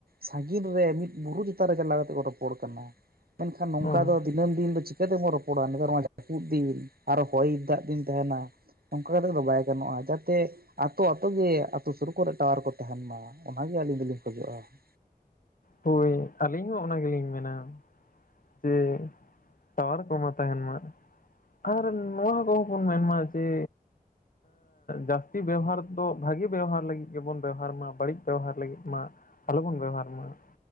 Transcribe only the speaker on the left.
ᱦᱚᱸ
ᱦᱳᱭ ᱟᱹᱞᱤᱧ ᱦᱚᱸ ᱚᱱᱟ ᱜᱮᱞᱤᱧ ᱢᱮᱱᱟ ᱾ ᱡᱮ ᱴᱟᱣᱟᱨ ᱠᱚᱢᱟ ᱛᱟᱦᱮᱱ ᱢᱟ ᱾ ᱟᱨ ᱱᱚᱣᱟ ᱠᱚᱦᱚᱸ ᱵᱚᱱ ᱢᱮᱱᱢᱟ ᱡᱮ ᱡᱟᱹᱥᱛᱤ ᱵᱮᱣᱦᱟᱨ ᱫᱚ ᱵᱷᱟᱜᱮ ᱵᱮᱵᱦᱟᱨ ᱞᱟᱹᱜᱤᱫ ᱜᱮᱵᱚᱱ ᱵᱮᱣᱦᱟᱨ ᱢᱟ, ᱵᱟᱹᱲᱤᱡ ᱵᱮᱣᱦᱟᱨ ᱞᱟᱹᱜᱤᱫ ᱢᱟ ᱟᱞᱚ ᱵᱚᱱ ᱵᱮᱦᱟᱨ ᱢᱟ ᱾